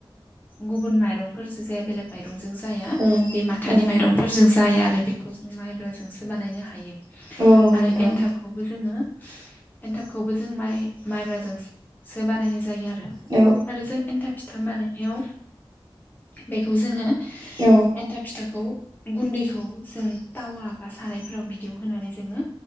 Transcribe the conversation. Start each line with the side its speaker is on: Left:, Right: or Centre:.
Left: गुबुन माइरंफोरजों जाया बेलेग माइरंजों जाया
Right: नंगौ
Left: बे माथानि माइरंफोरजों जाया आरो बेखौ जों माइब्राजोंसो बानायनो हायो।
Right: नोंथां
Left: आरो एनथाबखौबो जोङो एनथाबखौबो जों माइ माइब्राजोंसो बानायनाय जायो आरो
Right: औ
Left: आरो जों एन्थाब फिथाम बानाय नायाव बेखौ जोङो
Right: औ
Left: एन्थाब फिथाखौ गुन्दैखौ जों टावा बा सारायफोराव बिदियाव होनानै जोङो